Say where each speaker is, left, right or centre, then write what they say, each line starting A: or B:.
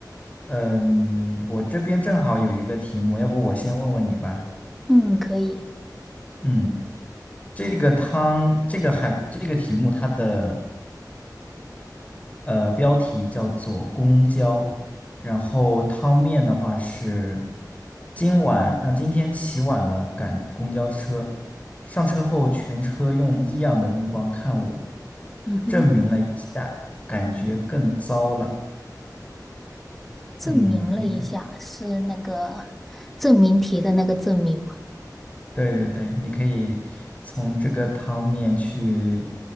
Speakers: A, on the left (about 20°); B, in the centre.
A: 嗯，我这边正好有一个题目，要不我先问问你吧。
B: 嗯，可以。
A: 嗯。这个汤，这个海，这个题目它的呃标题叫做“公交”，然后汤面的话是今晚啊、今天起晚了赶公交车，上车后全车用异样的目光看我，
B: 嗯哼，
A: 证明了一下，感觉更糟了。
B: 证明了一下是那个证明题的那个证明嘛。
A: 嗯，你可以，对对对，你可以从这个汤面去